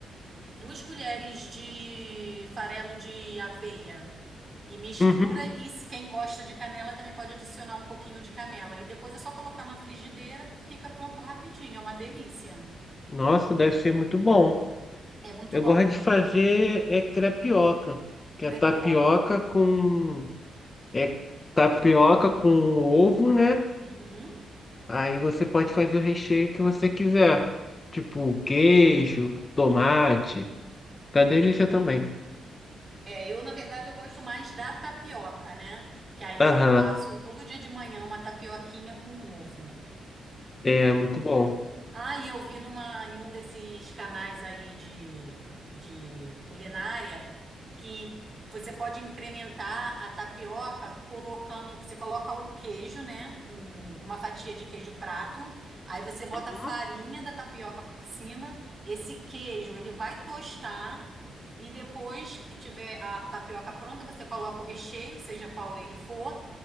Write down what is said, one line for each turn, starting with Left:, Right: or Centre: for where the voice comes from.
Right: duas colheres de farelo de aveia e mistura.
Left: Uhum.
Right: E se quem gosta de canela também pode adicionar um pouquinho de canela. E depois é só colocar na frigideira, fica pronto rapidinho. É uma delícia.
Left: Nossa, deve ser muito bom.
Right: É muito
Left: Eu
Right: bom.
Left: gosto de fazer é crepioca, que
Right: Crepioca.
Left: é tapioca com é tapioca com ovo, né?
Right: Uhum.
Left: Aí você pode fazer o recheio que você quiser. Tipo queijo, tomate. Tá delícia também.
Right: É, eu, na verdade, eu gosto mais da tapioca, né? Que aí
Left: Aham,
Right: eu faço todo dia de manhã uma tapioquinha com ovo.
Left: é muito bom.
Right: Ah, e eu vi numa, em um desses canais aí de, de culinária que você pode incrementar a tapioca colocando, você coloca o queijo, né? Um- uma fatia de queijo prato, aí você bota
Left: Uhum.
Right: a farinha da tapioca por cima, esse queijo ele vai tostar e depois que tiver a tapioca pronta, você coloca o recheio, seja qual ele for,